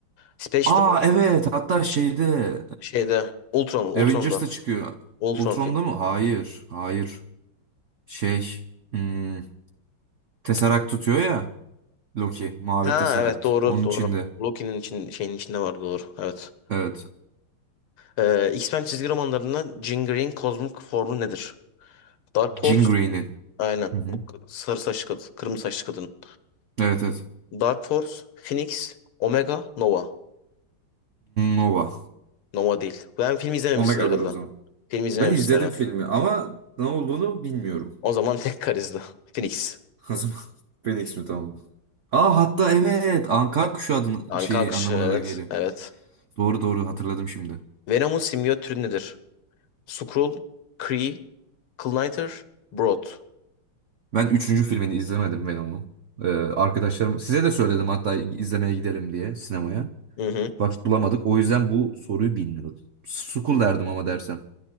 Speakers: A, on the left; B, on the right.
A: Space Stone
B: Aa evet hatta şeyde
A: şeyde Ultron'un Ultron'da.
B: e, Avengers'ta çıkıyor.
A: Ultron
B: Ultron'da
A: film.
B: mı? Hayır. Hayır. Şey hmm, Tesseract tutuyor ya Loki. Mavi
A: Ha
B: Tesseract.
A: evet doğru
B: Onun
A: doğru.
B: içinde.
A: Loki'nin için, şeyin içinde vardı doğru. Evet.
B: Evet.
A: Ee, X-Men çizgi romanlarında Jean Grey'in kozmik formu nedir? Dark Horse,
B: Jean
A: Aynen.
B: Hı hı.
A: Bu k- sarı saçlı kadın, kırmızı saçlı kadın.
B: Evet evet.
A: Dark Force, Phoenix, Omega, Nova.
B: Nova.
A: Nova değil. Ben film izlememişsin
B: Omega'dır
A: herhalde.
B: o zaman.
A: Film izlememişsin
B: Ben izledim
A: herhalde.
B: filmi ama ne olduğunu bilmiyorum.
A: O
B: <laughs>
A: zaman <laughs> tek karizdi. Phoenix.
B: O zaman Phoenix mi tamam mı? Aa hatta evet Anka kuşu adını
A: Anka
B: şey
A: kuşu
B: anlamına
A: evet.
B: da geliyor.
A: Evet.
B: Doğru doğru hatırladım şimdi.
A: Venom'un simyot türü nedir? Skrull, Kree, Klyniter, Brood.
B: Ben üçüncü filmini izlemedim Venom'un. Ee, arkadaşlarım size de söyledim hatta izlemeye gidelim diye sinemaya.
A: Hı hı.
B: Vakit bulamadık. O yüzden bu soruyu bilmiyordum. Sukul derdim ama dersem.